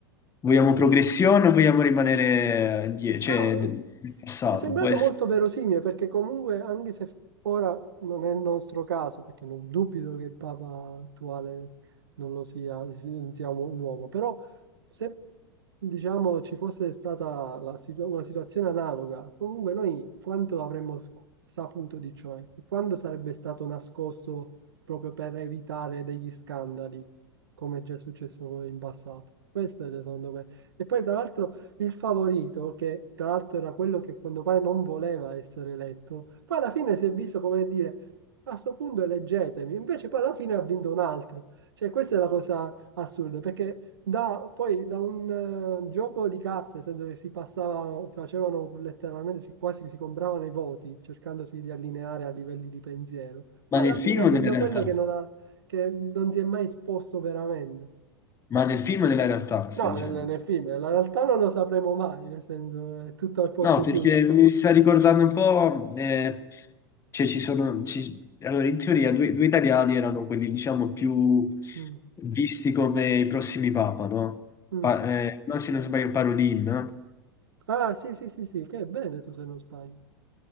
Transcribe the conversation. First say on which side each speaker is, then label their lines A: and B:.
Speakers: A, on the left; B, on the right.
A: vogliamo progressione o vogliamo rimanere eh, die- cioè,
B: no,
A: nel nel passato?
B: È sembrato
A: Può essere,
B: molto verosimile perché comunque, anche se ora non è il nostro caso, perché non dubito che il Papa attuale non lo sia, non sia un uomo, però se diciamo ci fosse stata la situ- una situazione analoga, comunque noi quanto avremmo sc- saputo di ciò e quanto sarebbe stato nascosto proprio per evitare degli scandali, come è già successo in passato. Questo è secondo me. E poi tra l'altro il favorito, che tra l'altro era quello che quando pare non voleva essere eletto, poi alla fine si è visto come dire, a sto punto eleggetemi, invece poi alla fine ha vinto un altro. Cioè, questa è la cosa assurda, perché da, poi da un eh, gioco di carte, nel senso che si passava, facevano letteralmente, si, quasi si compravano i voti, cercandosi di allineare a livelli di pensiero. Poi
A: ma nel
B: alla
A: film
B: fine ha vinto
A: o nella realtà?
B: quello che non ha, che non si è mai esposto veramente.
A: Ma nel film o nella realtà, stai
B: No,
A: dicendo?
B: nel, nel film, nella realtà non lo sapremo mai, nel senso è tutto a porte
A: No, perché
B: chiuse.
A: mi sta ricordando un po', eh, cioè ci sono, ci- allora in teoria due, due italiani erano quelli diciamo più
B: Mm,
A: visti come i prossimi papa, no?
B: mm.
A: Pa- eh, no, se non sbaglio Parolin, no?
B: Ah, sì, sì, sì, sì, che è Veneto se non sbaglio.